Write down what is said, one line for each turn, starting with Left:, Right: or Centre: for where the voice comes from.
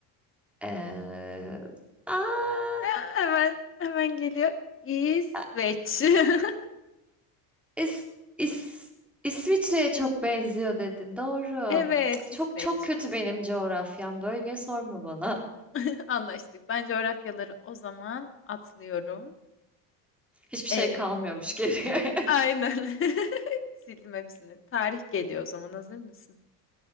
Centre: Eee, aaa!
Left: Ee, Hemen hemen geliyor. İsveç.
Centre: A
Left: <laughs>
Centre: İs İs İsviçre'ye çok benziyor dedin, doğru.
Left: Evet,
Centre: Cık,
Left: İsveç.
Centre: Çok çok kötü benim coğrafyam, bölge sorma bana.
Left: <laughs> Anlaştık. Ben coğrafyaları o zaman atlıyorum.
Centre: Hiçbir şey
Left: Ee,
Centre: kalmıyormuş geriye.
Left: aynen.
Centre: <laughs>
Left: <laughs> Sildim hepsini. Tarih geliyor o zaman. Hazır mısın?